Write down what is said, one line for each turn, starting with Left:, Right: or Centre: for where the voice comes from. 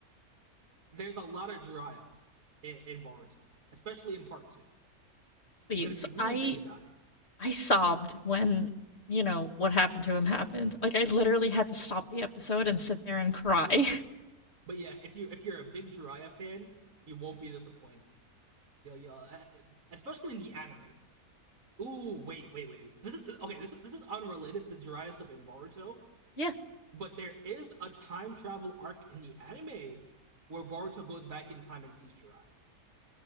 Right: there's a lot of Jiraiya in, in Boruto, especially in part two.
Left: <laughs> please.
Right: We're gonna be really
Left: I
Right: vague about it,
Left: I sobbed when, you know, what happened to him happened. Like I literally had to stop the episode and sit there and cry.
Right: but yeah, if you if you're a big Jiraiya fan, you won't be disappointed. Yo yo, uh, uh, especially in the anime. Ooh, wait, wait, wait. This is okay. This is this is unrelated to the Jiraiya stuff in Boruto,
Left: <laughs> yeah,
Right: but there is a time travel arc in the anime where Boruto goes back in time and sees Jiraiya.